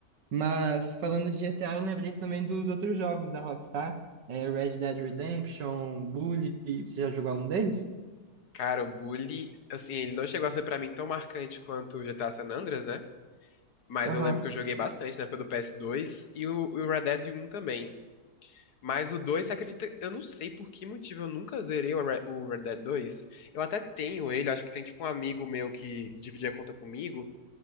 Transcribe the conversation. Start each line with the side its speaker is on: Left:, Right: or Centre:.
Right: Mas falando de GTA, eu lembrei também dos outros jogos da Rockstar, é, Red Dead Redemption, Bully, você já jogou algum deles?
Left: Cara, o Bully, assim, ele não chegou a ser pra mim tão marcante quanto o GTA San Andreas, né? Mas
Right: Aham.
Left: eu lembro que eu joguei bastante na época do PS2 e o, o Red Dead um também. Mas o 2, você acredita? Eu não sei por que motivo eu nunca zerei o Re- o Red Dead dois. Eu até tenho ele, acho que tem tipo um amigo meu que dividia a conta comigo.